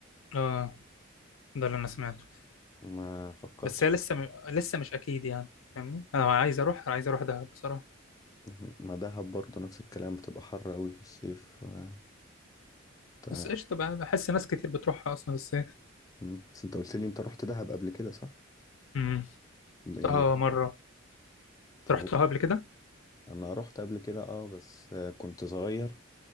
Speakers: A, on the left; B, on the left.
A: آه ده اللي أنا سمعته
B: ما فكرتش
A: بس هي لسه م... لسه مش أكيد يعني فاهمني أنا عايز أروح عايز أروح دهب بصراحة
B: مهم. ما دهب برضه نفس الكلام بتبقى حر قوي في الصيف آه، تع-
A: بس قشطة بقى بحس ناس كتير بتروحها أصلا بس
B: مم. بس انت قلت لي انت رحت دهب قبل كده صح؟
A: امم
B: ايه
A: رحتها مرة أنت
B: طب
A: رحتها قبل كده
B: انا رحت قبل كده اه بس آه، كنت صغير